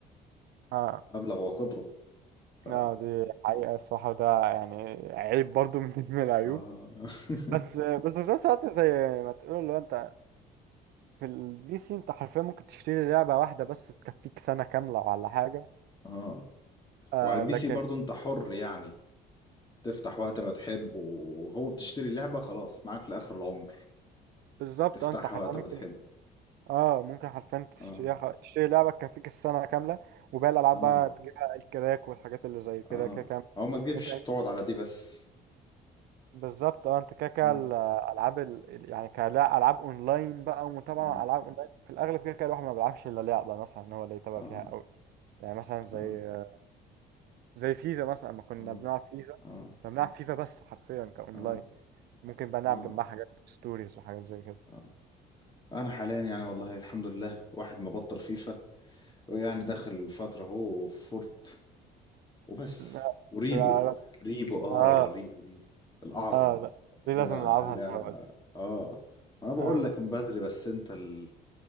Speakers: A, on the right (about 75°); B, on the left (about 25°).
A: اه
B: مبلغ وقدره ف
A: اه دي حقيقه الصراحه وده يعني عيب برضو <laughs> من من العيوب
B: اه <laughs>
A: بس بس في نفس الوقت زي ما تقول لو انت في البي سي انت حرفيا ممكن تشتري لعبه واحده بس تكفيك سنه كامله ولا حاجه
B: اه
A: آه
B: وعلى البي
A: لكن
B: سي برضو انت حر يعني تفتح وقت ما تحب وهو بتشتري اللعبة خلاص معاك لآخر العمر
A: بالظبط
B: تفتحها
A: آه، انت حرفيا
B: وقت
A: ممكن
B: ما تحب
A: اه ممكن حرفيا
B: اه
A: تشتريها خ- تشتري لعبة تكفيك السنة كاملة وباقي الألعاب
B: اه
A: بقى تجيبها الكراك والحاجات اللي زي كده
B: اه
A: كده كام
B: او ما تجيبش
A: انت
B: تقعد على دي بس
A: بالظبط اه انت كده كده
B: مم.
A: الألعاب ال... ال- يعني كألعاب أونلاين بقى ومتابعة
B: اه
A: مع ألعاب أونلاين في الأغلب كده كده الواحد ما بيلعبش إلا لعبة مثلا إن هو اللي يتابع
B: اه
A: فيها أوي يعني مثلا زي
B: اه
A: زي فيفا مثلا لما كنا
B: اه
A: بنلعب فيفا
B: اه
A: كنا بنلعب فيفا بس حرفيا كأونلاين
B: اه
A: ممكن بقى نلعب
B: اه
A: جنبها حاجات ستوريز وحاجات زي كده
B: اه انا حاليا يعني والله الحمد لله واحد ما بطل فيفا ويعني داخل فترة هو فورت وبس
A: لا
B: وريبو
A: لا لا.
B: ريبو اه
A: اه
B: ريبو دي الأعظم
A: اه لا. دي
B: بنا
A: لازم نلعبها
B: لعبة
A: سوا دي.
B: اه انا بقول
A: اه
B: لك من بدري بس انت ال...